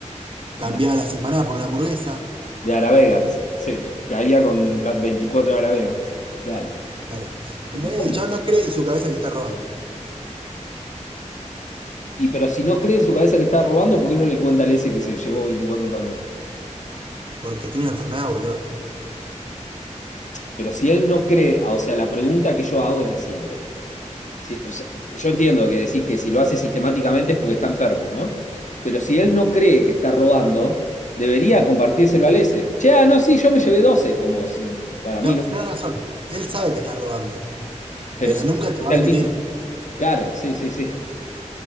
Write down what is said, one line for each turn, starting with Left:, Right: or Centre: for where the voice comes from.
Left: de,
Right: cambiaba las empanadas por una hamburguesa.
Left: de Aravegans. Sí, caía con ca- 24 Aravegans. Claro.
Right: Claro.
Left: Y
Right: ¿Entendés?
Left: no son
Right: Y el
Left: más.
Right: chabón no cree en su cabeza que está robando.
Left: Y pero si no cree en su cabeza que está robando, ¿por qué no le cuenta al Ese que se llevó 24 empanadas?
Right: Porque tiene una enfermedad, boludo.
Left: Pero si él no cree, ah, o sea, la pregunta que yo hago es la siguiente. Sí, o sea, yo entiendo que decís que si lo hace sistemáticamente es porque está enfermo, ¿no? Pero si él no cree que está robando, debería compartírselo al ese. Che, ah, no, sí, yo me llevé 12 como si- para mí,
Right: No,
Left: ¿no?
Right: tenés razón. Él sabe que está robando.
Left: Pero
Right: Pero
Left: sí,
Right: nunca te lo
Left: al
Right: va a admitir.
Left: mismo. Claro, sí, sí, sí.